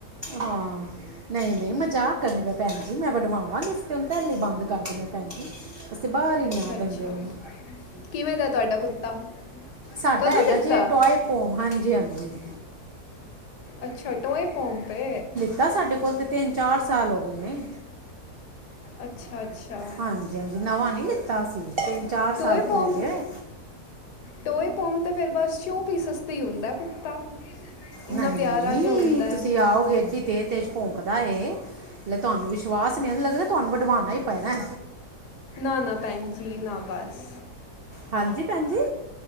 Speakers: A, on the right; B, on the left.
A: ਹਾਂ ਨਈ-ਨਈ ਮਜਾਕ ਕਰਨੀ ਪਈ। ਭੈਣ ਜੀ ਮੈਂ ਵਡਵਾਵਾਂਗੀ ਇਸ ਤੇ ਉਨੂੰ ਪੈਲੇ ਈ ਬੰਦ ਕਰ ਦਿੰਣੇ ਭੈਣ ਜੀ। ਤੇ ਬਾਹਰ ਹੀ
B: ਅੱਛਾ-ਅੱਛਾ
A: ਨਹੀਂ ਆਉਣ ਦਿੰਦੇ ਉਹਨੂੰ।
B: ਕਿਵੇਂ ਦਾ ਤੁਹਾਡਾ ਕੁੱਤਾ
A: ਸਾਡਾ
B: ਕਦੋਂ
A: ਹੈਗਾ
B: ਲਿੱਤਾ
A: ਜੇ ਟੋਏ ਪੋਮ ਹਾਂਜੀ-ਹਾਂਜੀ।
B: ਅੱਛਾ ਟੋਏ ਪੋਮ ਪੇ
A: ਤਾਂ ਸਾਡੇ ਕੋਲ 'ਤੇ ਤਿੰਨ-ਚਾਰ ਸਾਲ ਹੋਗੇ ਨੇ।
B: ਅੱਛਾ ਅੱਛਾ
A: ਹਾਂਜੀ-ਹਾਂਜੀ ਨਵਾਂ ਨੀ ਲੀਤਾ ਅਸੀਂ ਤਿੰਨ-ਚਾਰ ਸਾਲ
B: ਟੋਏ ਪੋਮ
A: ਹੋਗੇ ਐ।
B: ਟੋਏ ਪੋਮ 'ਤੇ ਫੇਰ ਬਸ ਸੋ ਪੀਸ ਵਸਤੇ ਈ ਹੁੰਦਾ ਕੁੱਤਾ। ਇੰਨਾ
A: ਨਈ-ਨਈ
B: ਪਿਆਰਾ ਜਿਹਾ ਹੁੰਦਾ ਹੈ।
A: ਤੁਸੀਂ ਆਓਗੇ ਐਡੀ ਤੇਜ਼-ਤੇਜ਼ ਭੋਂਕਦਾ ਏ ਲੈ ਤੁਹਾਨੂੰ ਵਿਸ਼ਵਾਸ ਨ ਮੈਂ ਲੱਗਦਾ ਤੁਹਾਨੂੰ ਵੱਢਵਾਨਾ ਈ ਪੈਣੈ।
B: ਨਾ-ਨਾ ਭੈਣ ਜੀ ਨਾ ਬਸ।
A: ਹਾਂਜੀ ਭੈਣ ਜੀ।